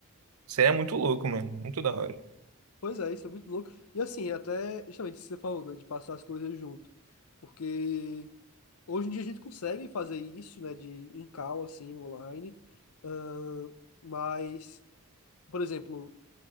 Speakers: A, on the right (about 75°); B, on the left (about 75°).
A: Isso é muito louco, mano. Muito da hora.
B: Pois é, isso é muito louco. E assim, até justamente isso que você falou, né? De passar as coisas junto. Porque. Hoje em dia a gente consegue fazer isso, né, de em call, assim, online, Ahn, mas, por exemplo,